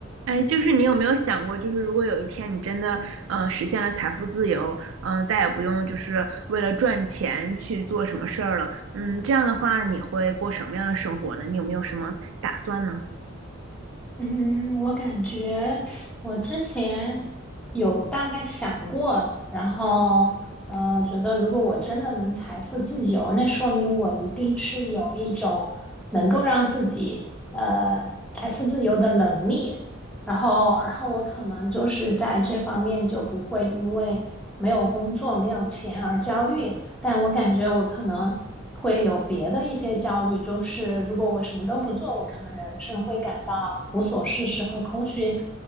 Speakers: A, on the right; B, in the centre.
A: 哎，就是你有没有想过，就是如果有一天你真的，呃，实现了财富自由，嗯、再也不用就是为了赚钱去做什么事儿了，嗯，这样的话你会过什么样的生活呢？你有没有什么打算呢？
B: 嗯，我感觉我之前有大概想过，然后呃，觉得如果我真的能财富自由，那说明我一定是有一种能够让自己呃财富自由的能力。然后，然后我可能就是在这方面就不会因为没有工作、没有钱而焦虑，但我感觉我可能。会有别的一些焦虑，就是如果我什么都不做，我可能人生会感到无所事事和空虚，